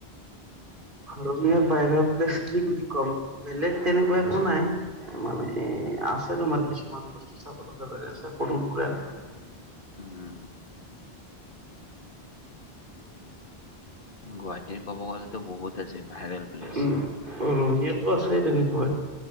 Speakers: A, on the right (about 55°); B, on the left (about 55°).
A: ৰঙিয়া বাহিৰ প্লেছ কি বুলি ক'ম বেলেগ তেনেকুৱা একো নাই। মানে আছে তোমাৰ কিছুমান বস্তু চাব লগা জেগা আছে সৰু সুৰা।
B: উম' গুৱাহাটীৰ ক'ব গ'লেতো বহুত আছে ভাইৰেল। প্লেচ
A: উম ৰঙিয়াতো আছে তেনেকুৱাই।